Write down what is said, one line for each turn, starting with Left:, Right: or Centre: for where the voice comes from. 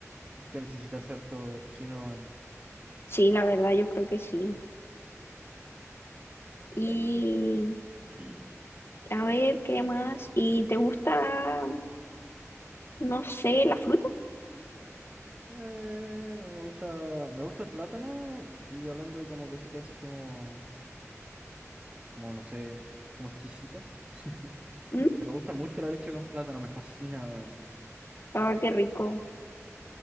Right: de necesitar cierto tocino. weón.
Left: sí, la verdad, yo creo que sí. Y
Right: <clears throat>
Left: a ver, ¿qué más? ¿Y te gusta, no sé, la fruta?
Right: Eh, me gusta, me gusta el plátano y hablando de como cositas así como, como no sé, como exquisitas. <laughs>
Left: ¿Mm?
Right: Me gusta mucho la leche con plátano, me fascina, weón.
Left: Ah, qué rico.